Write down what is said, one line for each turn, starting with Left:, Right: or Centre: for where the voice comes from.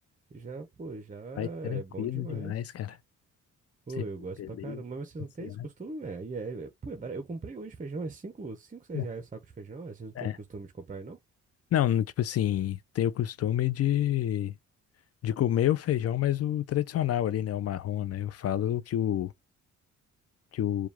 Right: Já, pô, já
Left: Vai tranquilo
Right: é bom demais.
Left: demais, cara.
Right: Pô,
Left: Você
Right: eu
Left: fica
Right: gosto
Left: ali,
Right: pra caramba. Mas vocês
Left: passeado.
Right: não têm esse costume? É, e é, é- pô, é barato. Eu comprei hoje feijão, é cinco, cinco 6
Left: né?
Right: reais o saco de feijão. é, Vocês não
Left: É.
Right: têm costume de comprar aí, não?
Left: Não, tipo assim, tenho o costume de, de comer o feijão, mas o tradicional ali, né? O marrom, né? Eu falo que o, que o,